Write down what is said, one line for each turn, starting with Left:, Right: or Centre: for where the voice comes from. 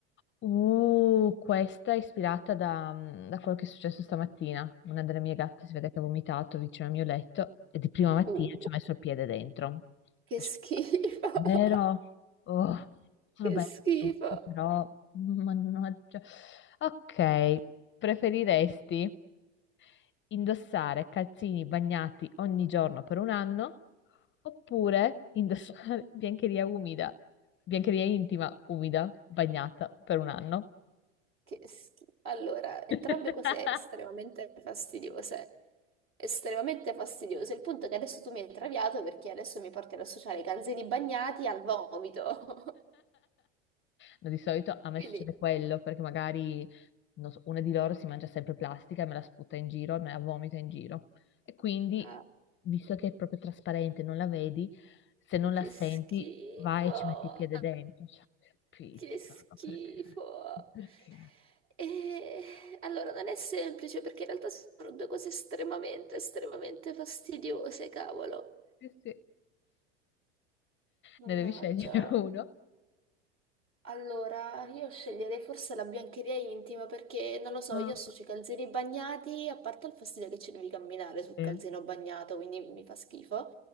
Left: Uh, questa è ispirata da, da quello che è successo stamattina. Una delle mie gatte si vede che ha vomitato vicino al mio letto e di prima mattina
Right: Uh,
Left: ci ho messo il piede dentro.
Right: che
Left: Lascia-
Right: schifo.
Left: Vero?
Right: <laughs>
Left: Oh, sono
Right: Che
Left: belle
Right: schifo.
Left: e tutto, però mannaggia. Ok, preferiresti indossare calzini bagnati ogni giorno per un anno oppure indossare <laughs> biancheria umida? Biancheria intima, umida, bagnata per un anno.
Right: Che schi- Allora, entrambe
Left: <laughs>
Right: cose estremamente fastidiose. Estremamente fastidiose. Il punto è che adesso tu mi hai traviato perché adesso mi porti ad associare i calzini bagnati al vomito. <laughs>
Left: No, di solito a me
Right: Quindi,
Left: succede quello, perché magari non so, una di loro si mangia sempre plastica e me la sputa in giro, me la vomita in giro. E quindi,
Right: ah,
Left: visto che è proprio trasparente, non la vedi, se non
Right: che
Left: la senti,
Right: schifo!
Left: vai e ci metti il piede dentro. Cioè, che pizza,
Right: Che schifo!
Left: ma perché? Ma Perché?
Right: E allora non è semplice perché in realtà sono due cose estremamente, estremamente fastidiose, cavolo.
Left: Sì, sì.
Right: Mannaggia.
Left: Ne devi scegliere uno.
Right: Allora, io sceglierei forse la biancheria intima perché, non lo so,
Left: Ah.
Right: io associo i calzini bagnati, a parte il fastidio che ci devi camminare sul
Left: Eh.
Right: calzino bagnato, quindi mi fa schifo.